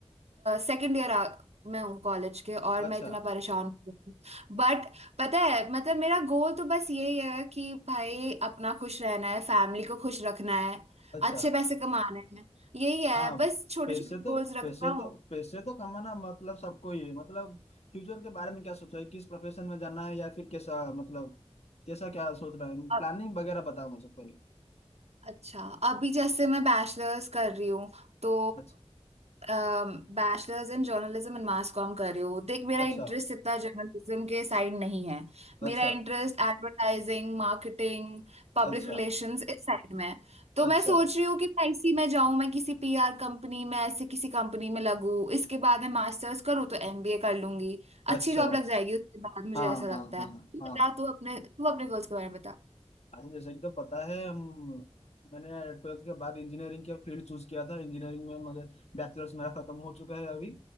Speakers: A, on the right; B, on the left.
A: सेकंड ईयर में हूँ कॉलेज के और
B: अच्छा
A: मैं इतना परेशान हूँ बट पता है मतलब मेरा गोल तो बस यही है कि भाई अपना खुश रहना है फैमिली को खुश रखना है
B: अच्छा
A: अच्छे पैसे कमाने हैं यही है
B: हाँ
A: बस छोटे
B: पैसे
A: छोटे
B: तो
A: गोल्स रखता
B: पैसे
A: हूँ
B: तो पैसे तो कमाना मतलब सबको ही है मतलब फ्यूचर के बारे में क्या सोचा है किस प्रोफेशन में जाना है या फिर कैसा मतलब कैसा क्या सोच रहा है
A: अब-
B: प्लानिंग वगैरह बताओ मुझे पहले
A: अच्छा अभी जैसे मैं बैचलर्स कर रही हूँ तो
B: अच्छा
A: bachelors in journalism and mass comm कर रही हूँ देख मेरा
B: अच्छा
A: इंटरेस्ट इतना जर्नलिज्म के साइड नहीं है
B: अच्छा
A: मेरा interest advertising marketing public
B: अच्छा
A: relations इस साइड में है तो मैं
B: अच्छा
A: सोच रही हूँ कि मैं इसी में जाऊँ मैं किसी पीआर कंपनी में ऐसे किसी कंपनी में लगूँ इसके बाद मैं मास्टर्स करूँ तो एमबीए कर लूंगी अच्छी
B: अच्छा
A: जॉब लग जाएगी उसके बाद मुझे
B: हाँ
A: ऐसा
B: हाँ
A: लगता
B: हाँ
A: है तू बता
B: हाँ
A: तू अपने तू अपने गोल्स के बारे में बता
B: हाँ जैसे कि तो पता है हम मैंने ट्वेल्थ के बाद इंजीनियरिंग के फील्ड चूज किया था इंजीनियरिंग में मगर बैचलर्स मेरा खत्म हो चुका है अभी